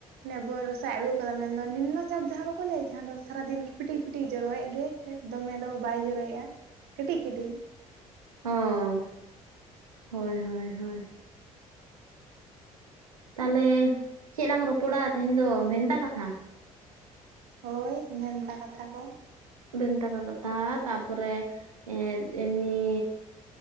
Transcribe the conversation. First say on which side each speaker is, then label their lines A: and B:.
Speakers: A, on the right; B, on the right.
A: ᱱᱮ ᱵᱚᱨᱥᱟ ᱟᱜᱩ ᱟᱠᱟᱫᱟ ᱢᱮᱱᱫᱚ ᱱᱤᱢᱱᱚ ᱪᱟᱯ ᱡᱟᱦᱟᱸ ᱵᱟᱠᱚ ᱞᱟᱹᱭ ᱡᱟᱦᱟᱸ ᱫᱚ ᱥᱟᱨᱟᱫᱤᱱ ᱯᱷᱤᱴᱤᱠ ᱯᱷᱤᱴᱤᱠ ᱡᱚᱨᱚᱭᱮᱫ ᱜᱮ ᱫᱚᱢᱮ ᱫᱚ ᱵᱟᱭ ᱡᱚᱨᱚᱭᱮᱫᱼᱟ ᱠᱟᱹᱴᱤᱡ ᱠᱟᱹᱴᱤᱡ
B: ᱚ ᱦᱳᱭ ᱦᱳᱭ ᱦᱳᱭ ᱛᱟᱦᱚᱞᱮ ᱪᱮᱫ ᱞᱟᱝ ᱨᱚᱯᱚᱲᱟ ᱛᱮᱦᱮᱧ ᱫᱚ ᱵᱷᱮᱱᱛᱟ ᱠᱟᱛᱷᱟ?
A: ᱦᱳᱭ ᱵᱷᱮᱱᱛᱟ ᱠᱟᱛᱷᱟ ᱠᱚ
B: ᱵᱷᱮᱱᱛᱟ ᱠᱚ ᱠᱟᱛᱷᱟ ᱛᱟᱨᱯᱚᱨᱮ ᱮᱸ ᱮᱢᱱᱤ